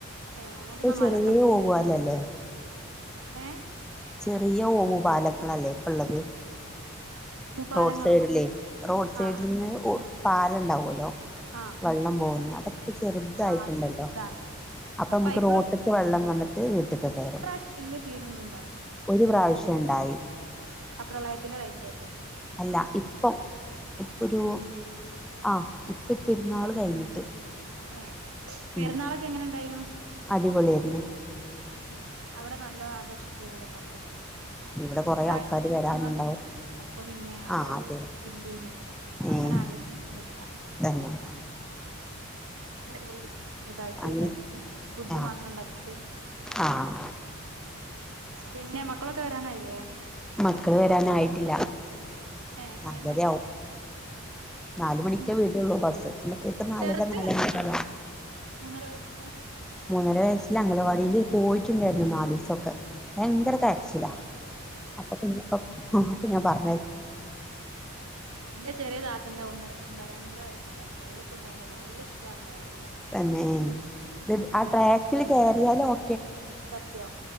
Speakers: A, on the right; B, in the centre.
A: ഏ ഞങ്ങൾതൊന്നും
B: ഇപ്പൊ ചെറിയ
A: മലപ്രദേ
B: ഒവാലല്ലേ
A: ഏ
B: ചെറിയ ഓഹു പാലക്കൾല്ലേ ഇപ്പ ഉള്ളത്
A: പാലങ്ങളോ
B: റോഡ് സൈഡില്ലേ റോഡ് സൈഡിൽ
A: ആ ആ
B: പാലുണ്ടാവല്ലോ
A: ആ
B: വെള്ളം പോകുന്നുഅതൊക്കെ ഇപ്പ ചെറുതായിട്ടുണ്ടല്ലോ
A: ആ ചെറുതാണ്
B: അപ്പൊ നമുക്ക്
A: അയിക്കൂടെ
B: റോട്ടക്ക്
A: പോയിക്കൂടെ
B: വെള്ളം വന്നിട്ട് വീട്ടക്ക് കയറും
A: ഇപ്രാവശ്യം വലിയ സീനൊന്നും
B: ഒരു പ്രാവശ്യം ഉണ്ടായി
A: അപ പ്രളയത്തിന്റെ ടൈമിലേക്കും
B: അല്ല ഇപ്പം ഇപ്പൊരു ആ ഇപ്പിരുന്നാള്
A: ഇപ്പല്ലേ
B: കഴിഞ്ഞിട്ട്
A: ഏ പെരുന്നാളൊക്കെ
B: ഉ
A: എങ്ങനെ ഉണ്ടായിനു
B: അടിപൊളിയ ആയിരുന്നു
A: ഉം അവിടെ നല്ലോ ആഘോഷിക്കും ൊക്കെ ഉണ്ടോ
B: ഇവിടെ കൊറേ
A: പ്രാവശ്യന്റെ
B: ആൾക്കാര്
A: എ്മ്മ
B: വരാനുണ്ടാവും
A: മരിച്ചു അപ്പൊ പിന്നെ ആ
B: ആഹ്
A: ഒരു
B: അതെ
A: ഇല്ലേ നി അങ്ങനെ
B: ഏഹ്
A: ആഘോഷിച്ച മതിയാ
B: തന്നെ
A: പോയി ചെറുതായിട്ട്
B: അങ്ങനെ
A: ഇതാക്കിട്ട് ഫുഡ്
B: ആഹ്
A: മാത്രം ഇണ്ടാക്കിട്ട്
B: ആഹ്
A: പിന്നെ മക്കളൊക്കെ വരാനായില്ലേ
B: മക്കള് വരാനായിട്ടില്ല
A: ഏ
B: നാല്ലരെയവും
A: ടൈം ആയില്ല
B: നാല് മണിക്ക
A: ഉം
B: വീടുള്ളൂ ബസ്സത്തേബേക്ക് നാലര
A: ചെറുത്
B: നാല
A: അങ്ങനെയാ,
B: മണിക്ക
A: മൂന്നര വയസ്സിലെ
B: മൂന്നര വയസ്സിൽ അംഗലവാടിൽ പോയിട്ടുണ്ടായിരുന്നു നാലല് ദിസക്കെ ഭയങ്കര കര അപ്പൊ പിന്നെ ഞ പറഞ്ഞ
A: ന്റെ ചെറിയ താന്റെ ഒന്ന എന്താ രണ്ടര വയ ഇഷട്ട എളുപ്പം പോകുന്നത് നല്ല ഇഷ്ട അഖലാടി
B: തന്നെ ഇ ആ ട്രാക്കിൽ
A: ആയാലും ഭാഗ്യം
B: കേയറിയാലും ഒ
A: സത്യം